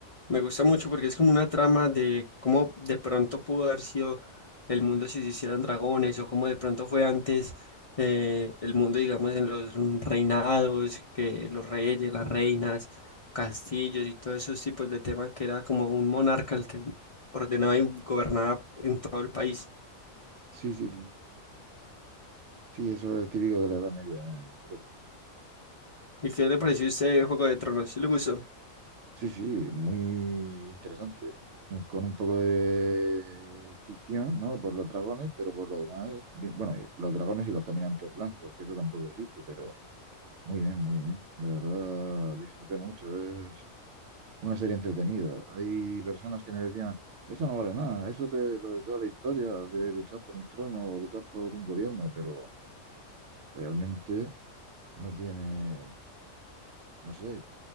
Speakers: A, on the left; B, on the right.
A: Me gusta mucho porque es como una trama de cómo de pronto pudo haber sido el mundo si se hicieran dragones, o cómo de pronto fue antes eh, el mundo, digamos, en los reinados, que los reyes, las reinas castillos y todos esos tipos de temas que era como un monarca el que ordenada y gobernada en todo el país.
B: sí, sí, sí. Sí, Sí, eso es típico de la Edad Media en Europa.
A: ¿Y qué le pareció este Juego de Tronos? ¿Sí le gustó?
B: Sí, sí, muy interesante. Un- Con un poco de ficción, ¿no? Por los dragones, pero por lo demás, bien- bueno, y los dragones y los caminantes blancos, que eso tampoco existe, pero... Muy bien, muy bien. La verdad, disfruté mucho. Es una serie entretenida. Hay personas que me decían, eso no vale nada, eso de lo de toda la historia, de luchar por un trono o luchar por un gobierno, pero realmente no tiene, no sé,